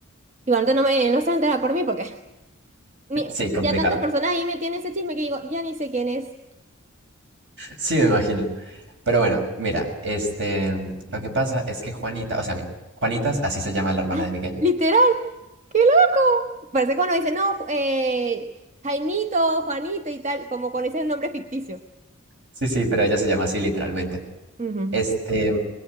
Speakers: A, on the right (about 35°); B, on the right (about 60°).
A: Igualmente no me, no se va a enterar por mí porque <laughs>
B: <laughs>
A: ni-
B: Sí, complicado.
A: ya tantas personas ahí me tienen ese chisme que digo, ya ni sé quién es.
B: Sí, me imagino. Pero bueno, mira, este, lo que pasa es que Juanita, o sea, mira, Juanita, así se llama la hermana
A: Ay,
B: de Miguel.
A: literal. ¡Qué loco! Parece cuando dicen, no, eh, Jaimito, Juanito y tal, como cuando dicen un nombre ficticio.
B: Sí, sí, pero ella se llama así literalmente.
A: Ujú.
B: Este,